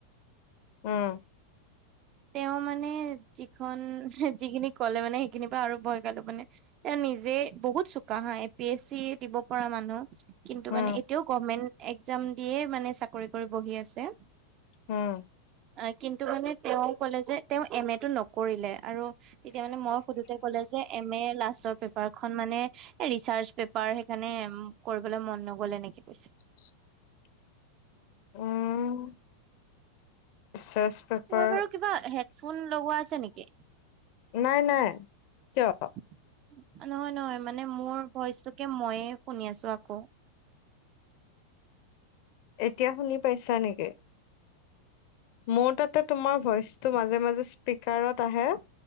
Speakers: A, on the left (about 45°); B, on the right (about 35°).
A: উম
B: তেওঁ মানে যিখন যিখিনি কলে মানে সেইখিনিৰ পৰা আৰু ভয় খালো মানে নিজে বহুত চোকা হা এ পি এছ চি দিব পৰা মানুহ কিন্তু
A: উম
B: মানে এতিয়াও গভমেন্ট একজাম দিয়ে মানে চাকৰি কৰি বহি আছে
A: উম।
B: অ কিন্তু মানে তেওঁ কলে যে তেওঁ এম এটো নকৰিলে আৰু তেতিয়া মানে মই সুধোতে ক'লে যে এম এ লাষ্টৰ পেপাৰ খন মানে এ ৰিচাৰ্চ পেপাৰ -ৰ সেইকাৰণে উম কৰিবলৈ মন নগল এনেকে কৈছে
A: <inaudible> উম ৰিচাৰ্চ পেপাৰ
B: তোমাৰ বাৰু কিবা হেডফোন লগোৱা আছে নেকি। নহয়
A: নাই নাই কিয়
B: নহয় মানে মোৰ ভইচ তোকে ময়ে শুনি আছো আকৌ
A: এতিয়া শুনি পাইছা নেকি। মোৰ তাতে তোমাৰ ভইচটো মাজে মাজে স্পিকাৰত আহে।